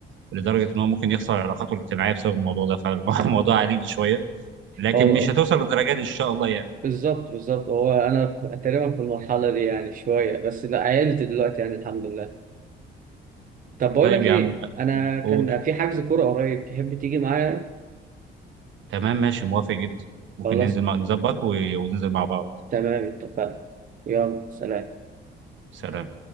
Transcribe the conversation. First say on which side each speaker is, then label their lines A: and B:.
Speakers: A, on the right; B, on the right.
A: لدرجه ان هو ممكن يخسر علاقاته الاجتماعيه بسبب الموضوع ده فالموضوع <laughs> عريض شويه لكن
B: هو
A: مش هتوصل للدرجه دي ان شاء الله يعني
B: بالظبط بالظبط هو انا ف- تقريبا في المرحله دي يعني شويه بس لا عيلت دلوقتي يعني الحمد لله طب بقول
A: طيب
B: لك
A: يا
B: ايه
A: عم
B: انا كان
A: قول
B: في حجز كوره قريب تحب تيجي معايا
A: تمام ماشي موافق جدا ممكن
B: خلاص
A: ننزل مع- نظبط و- وننزل مع بعض
B: تمام اتفقنا يلا سلام
A: سلام